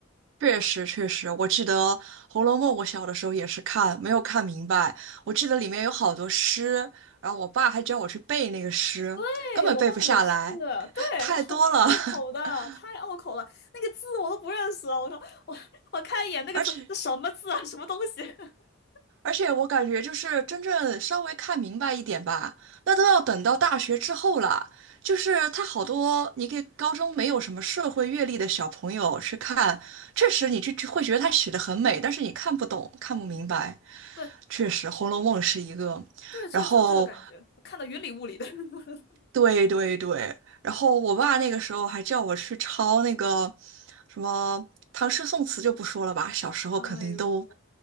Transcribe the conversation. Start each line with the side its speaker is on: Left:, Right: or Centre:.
Right: 确实，确实，我记得《红楼梦》，我小的时候也是看，没有看明白。我记得里面有好多诗，然后我爸还教我去背那个诗，
Left: 对，
Right: 根本背不下来，
Left: 我爸也是，对，
Right: 太多了。
Left: 很拗口的，
Right: <laughs>
Left: 太拗口了，那个字我都不认识啊！我说 <laughs> 我我看一眼那个字，
Right: 而且，
Left: 这什么字啊？什么东西？<laughs>
Right: 而且我感觉就是真正稍微看明白一点吧，那都要等到大学之后了。就是他好多你给高中没有什么社会阅历的小朋友去看，确实你就就会觉得他写的很美，但是你看不懂，看不明白。
Left: 对
Right: 确实，《红楼梦》是一个，
Left: 对，这就这个感觉，
Right: 然后
Left: 我看得云里雾里的。<laughs>
Right: 对对对，然后我爸那个时候还叫我去抄那个什么唐诗宋词就不说了吧，小时候肯定都
Left: 哎呦，